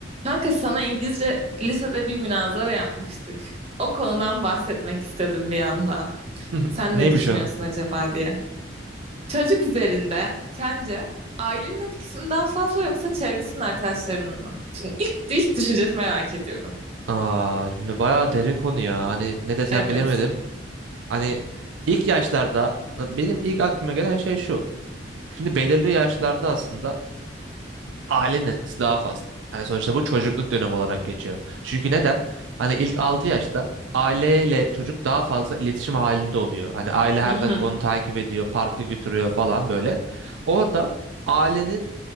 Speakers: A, on the right (about 35°); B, on the right (about 75°).
A: Kanka sana İngilizce lisede bir münazara yapmıştık. O konudan bahsetmek istedim bir yandan.
B: <laughs>
A: Sen
B: Neymiş
A: ne düşünüyorsun
B: o?
A: acaba diye. Çocuk üzerinde sence ailenin etkisi mi daha fazla yoksa çevresinin arkadaşlarının mı? Şimdi ilk, ilk düşünceni merak ediyorum.
B: Aa, şimdi bayağı derin konu ya. Hani ne desem
A: Evet.
B: bilemedim. Hani ilk yaşlarda benim ilk aklıma gelen şey şu. Şimdi belirli yaşlarda aslında ailenin etkisi daha fazla. Hani sonuçta bu çocukluk dönemi olarak geçiyor. Çünkü neden? Hani ilk 6 yaşta aileyle çocuk daha fazla iletişim halinde oluyor. Hani aile her
A: Hı hı.
B: dakika onu takip ediyor, parka götürüyor falan böyle. Orada ailenin